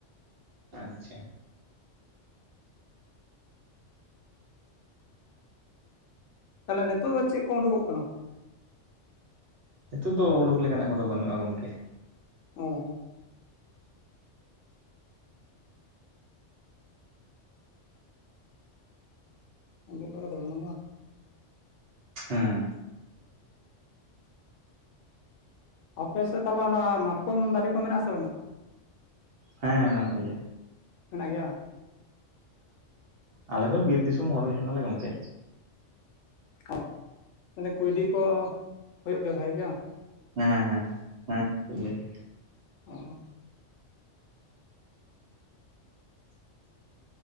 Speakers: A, on the right; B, on the left.
A: ᱟᱪᱪᱷᱟ
B: ᱛᱟᱦᱚᱞᱮ ᱱᱤᱛᱚᱜ ᱫᱚ ᱪᱮᱫ ᱠᱚ ᱩᱰᱩᱜ ᱠᱚᱜ ᱠᱟᱱᱟ
A: ᱱᱤᱛᱚᱜ ᱫᱚ ᱩᱰᱩᱠ ᱞᱮᱠᱟᱱᱟᱜ ᱠᱚᱫᱚ ᱵᱟᱹᱱᱩᱜ-ᱟ ᱜᱚᱝᱠᱮ
B: ᱚ <unintelligible>
A: ᱦᱮᱸ ᱾
B: ᱟᱯᱮ ᱥᱮᱫ ᱛᱟᱦᱞᱮ ᱚᱱᱟ ᱢᱟᱛᱠᱚᱢ ᱫᱟᱨᱮ ᱠᱚ ᱢᱮᱱᱟᱜ-ᱟᱥᱮ ᱵᱟᱹᱱᱩᱜ-ᱟ
A: ᱦᱮᱸ ᱢᱮᱱᱟᱜ ᱜᱮᱭᱟ
B: ᱢᱮᱱᱟᱜ ᱜᱮᱭᱟ
A: ᱟᱞᱮ ᱫᱚ ᱵᱤᱨ ᱫᱤᱥᱚᱢ ᱦᱚᱲ ᱜᱮ ᱠᱟᱱᱟ ᱞᱮ ᱜᱚᱢᱠᱮ
B: ᱚ ᱢᱟᱱᱮ ᱠᱩᱭᱰᱤ ᱠᱚ ᱦᱩᱭᱩᱜ ᱜᱮᱭᱟ ᱵᱷᱟᱹᱜᱤ ᱜᱮ ᱵᱟᱝ
A: ᱦᱮᱸ ᱦᱮᱸ ᱦᱮᱸ
B: ᱚ